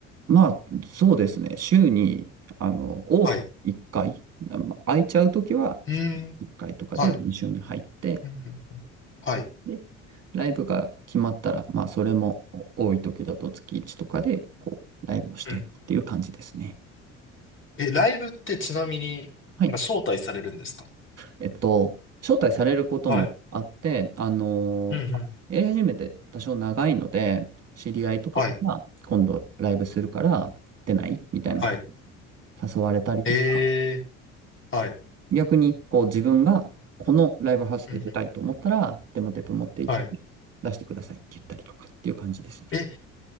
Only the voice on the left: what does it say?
はい。う
ーん。
はい。うんうんはい。
うんえ、ライブってちなみになんか招待されるんですか
はい。
うんうん
はい。はい。
えー、はい。う
んうん
はい。
え、